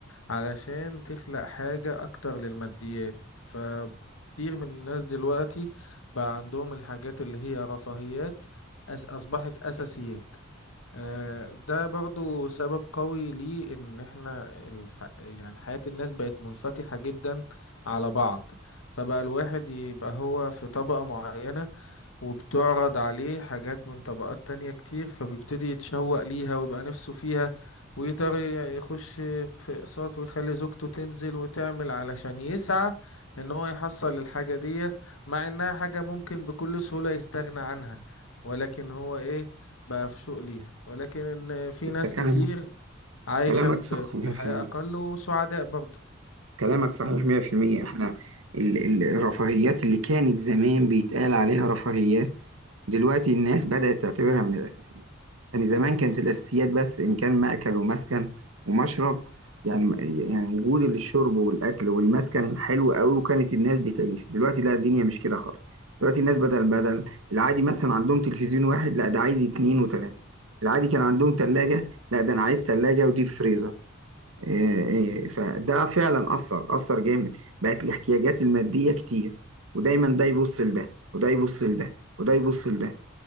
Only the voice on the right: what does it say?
أنت
كلامك
كلامك
صح 100%
كلامك صحيح 100% احنا ال- ال- الرفاهيات اللي كانت زمان بيتقال عليها رفاهيات دلوقتي الناس بدأت تعتبرها من الأساسيات يعني زمان كانت الأساسيات بس إن كان مأكل ومسكن ومشرب يعني يعني وجود الشرب والأكل والمسكن حلو قوي وكانت الناس بتعيش دلوقتي لا الدنيا مش كده خالص دلوقتي الناس بدل بدل العادي مثلا عندهم تلفزيون واحد لا ده عايز اتنين وتلاتة العادي كان عندهم تلاجة لا ده أنا عايز تلاجة وديب فريزر إيه، إيه. فده فعلا أثر أثر جامد بقت الاحتياجات المادية كتير ودايما ده يبص لده وده يبص لده وده يبص لده